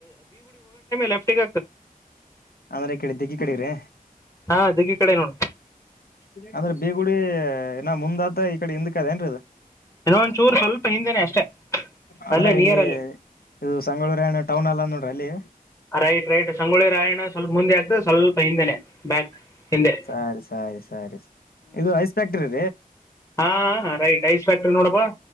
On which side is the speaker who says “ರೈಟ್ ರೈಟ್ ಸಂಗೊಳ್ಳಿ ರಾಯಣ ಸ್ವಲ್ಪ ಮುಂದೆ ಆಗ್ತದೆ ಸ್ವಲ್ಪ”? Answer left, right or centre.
Left